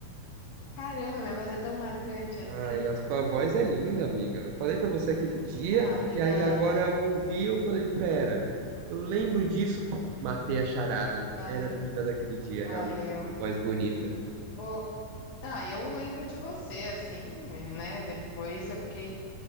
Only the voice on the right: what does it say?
Ai, a sua voz é linda, amiga. Eu falei pra você aquele dia,
e aí agora eu ouvi, eu falei, pera, eu lembro disso, matei a charada.
Era a menina daquele dia,
realmente. Uma voz bonita.